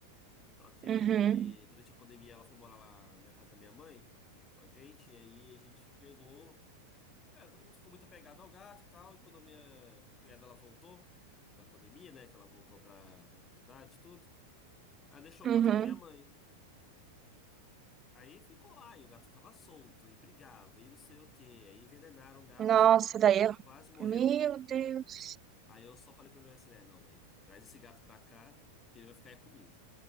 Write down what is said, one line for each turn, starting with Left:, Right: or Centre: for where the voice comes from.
Left: Só que
Right: Uhum.
Left: aí, durante a pandemia, ela foi morar lá na casa da minha mãe com a gente. E aí a gente pegou. É, todo mundo ficou muito apegado ao gato e tal. E quando a minha cunhada ela voltou da pandemia, né? Que ela voltou pra, pra faculdade e tudo. Ela deixou o
Right: Uhum.
Left: gato com a minha mãe. Aí ficou lá, e o gato ficava solto, e brigava, e não sei o quê. Aí envenenaram o gato,
Right: Nossa, daí
Left: ele
Right: eu...
Left: quase morreu.
Right: Meu Deus.
Left: Aí eu só falei pra minha mãe assim, né, não, mãe, traz esse gato pra cá, que ele vai ficar aí comigo.